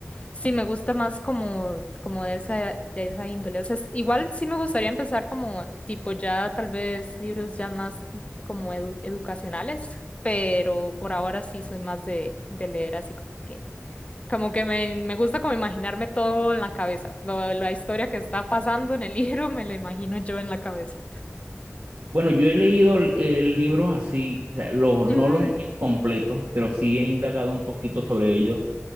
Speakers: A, on the left (about 25°); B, on the right (about 60°).
A: Sí, me gusta más como, como de esa, de esa índole. O sea, es- igual sí me gustaría empezar como tipo ya tal vez libros ya más como edu- educacionales, pero por ahora sí soy más de, de leer así como que, como que me, me gusta como imaginarme todo en la cabeza. Lo- la historia que está pasando en el <laughs> libro me la imagino yo en la cabeza.
B: Bueno, yo he leído eh, libros así, o sea, los,
A: Mm,
B: no los he leído completos, pero sí he indagado un poquito sobre ellos.